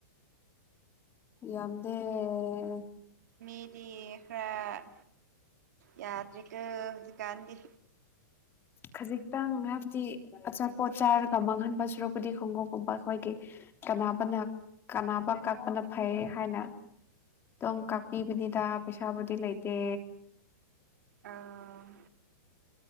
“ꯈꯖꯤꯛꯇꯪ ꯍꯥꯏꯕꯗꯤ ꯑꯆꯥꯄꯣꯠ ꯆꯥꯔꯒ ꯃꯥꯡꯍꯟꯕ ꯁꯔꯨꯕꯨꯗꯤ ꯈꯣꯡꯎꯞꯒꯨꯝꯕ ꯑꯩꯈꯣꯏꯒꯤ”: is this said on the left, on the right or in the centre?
Left